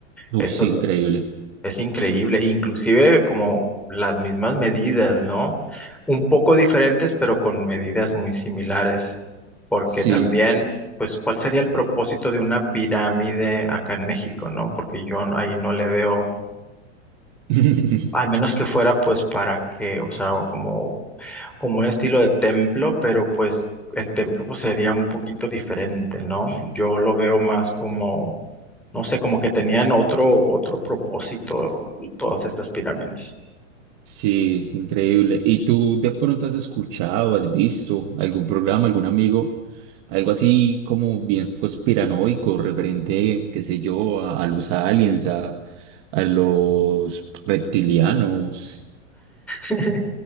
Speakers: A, on the right; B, in the centre.
A: Uy,
B: Eso
A: sí, increíble.
B: es increíble, inclusive como las mismas medidas, ¿no? Un poco diferentes, pero con medidas muy similares, porque
A: Sí.
B: también, pues, ¿cuál sería el propósito de una pirámide acá en México, ¿no? Porque yo no- ahí no le veo,
A: <laughs>
B: al menos que fuera, pues, para que, o sea, como, como un estilo de templo, pero pues el templo pues, sería un poquito diferente, ¿no? Yo lo veo más como, no sé, como que tenían otro, otro propósito todas estas pirámides.
A: Sí, es increíble. ¿Y tú de pronto has escuchado, has visto algún programa, algún amigo, algo así como bien conspiranoico, referente, qué sé yo, a, a los aliens, a, a los reptilianos?
B: <laughs>